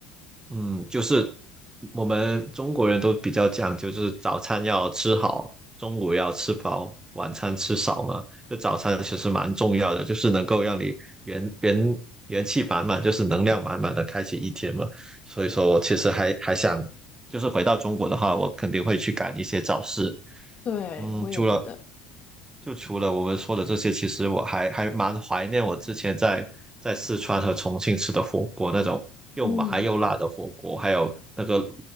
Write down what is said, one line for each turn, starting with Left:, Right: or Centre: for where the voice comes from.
Right: 嗯，就是我们中国人都比较讲究，就是早餐要吃好，中午要吃饱，晚餐吃少嘛。就早餐其实蛮重要的，就是能够让你元元元气满满，就是能量满满的开启一天嘛。所以说我其实还还想，就是回到中国的话，我肯定会去赶一些早市。
Left: 对，
Right: 嗯，
Left: 我也觉得，
Right: 除了就除了我们说的这些，其实我还还蛮怀念我之前在在四川和重庆吃的火锅，那种又麻又辣的火锅，
Left: 嗯。
Right: 还有那个